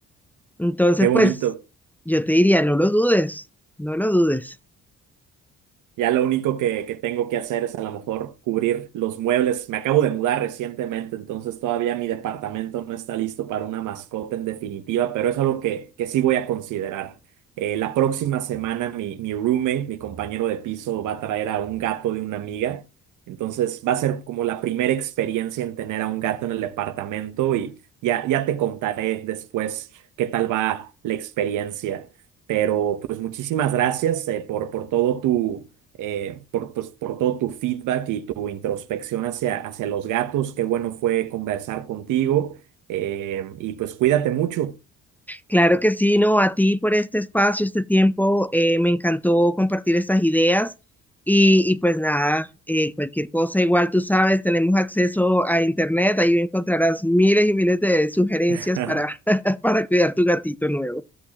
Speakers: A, in the centre; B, on the right.
A: Entonces,
B: qué bonito.
A: pues yo te diría, no lo dudes, no lo dudes.
B: Ya lo único que, que tengo que hacer es a lo mejor cubrir los muebles. Me acabo de mudar recientemente, entonces todavía mi departamento no está listo para una mascota en definitiva, pero es algo que, que sí voy a considerar. Eh, la próxima semana mi, mi roommate, mi compañero de piso, va a traer a un gato de una amiga. Entonces va a ser como la primera experiencia en tener a un gato en el departamento y ya, ya te contaré después qué tal va la experiencia. Pero pues muchísimas gracias eh, por, por todo tu eh, por, pues, por todo tu feedback y tu introspección hacia, hacia los gatos. Qué bueno fue conversar contigo. eh, y pues cuídate mucho.
A: Claro que sí, no, a ti por este espacio, este tiempo, eh, me encantó compartir estas ideas y, y pues nada, eh, cualquier cosa, igual tú sabes, tenemos acceso a internet, ahí encontrarás miles y miles de sugerencias
B: <laughs>
A: para, <laughs> para cuidar tu gatito nuevo.